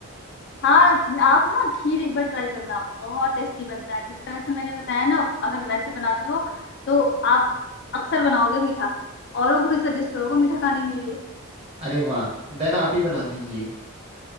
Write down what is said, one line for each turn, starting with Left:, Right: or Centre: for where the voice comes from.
Left: हाँ आप ना खीर एक बार ट्राई करना बहुत टेस्टी बनता है जिस तरह से मैंने बताया ना अगर वैसे बनाते हो तो आप अक्सर बनाओगे मीठा औरों को भी सजेस्ट करोगे मीठा खाने के लिए
Right: अरे वाह देन आप ही बना दीजिए